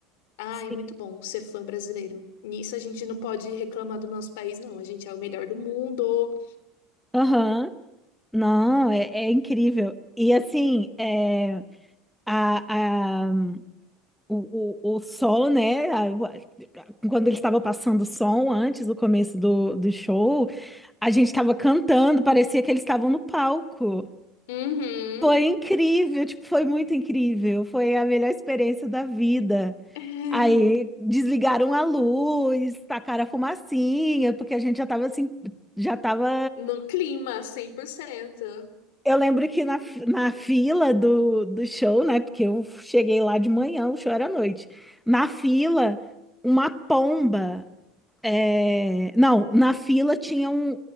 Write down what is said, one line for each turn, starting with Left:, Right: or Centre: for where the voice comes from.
Left: Ah,
Centre: Sim.
Left: é muito bom ser fã brasileiro. Nisso a gente não pode reclamar do nosso país, não. A gente é o melhor do mundo.
Centre: Aham. Não, é, é incrível. E assim, é, a, a, o, o, o sol, né? a- a- quando ele estava passando o som antes do começo do, do show, a gente estava cantando, parecia que eles estavam no palco.
Left: Uhum.
Centre: Foi incrível, tipo, foi muito incrível. Foi a melhor experiência da vida.
Left: <laughs>
Centre: Aí desligaram a luz, tacaram a fumacinha, porque a gente já estava assim, já estava
Left: No clima, 100%.
Centre: Eu lembro que na, fi- na fila do, do show, né? Porque eu cheguei lá de manhã, o show era à noite. Na fila, uma pomba. é, Não, na fila tinha um,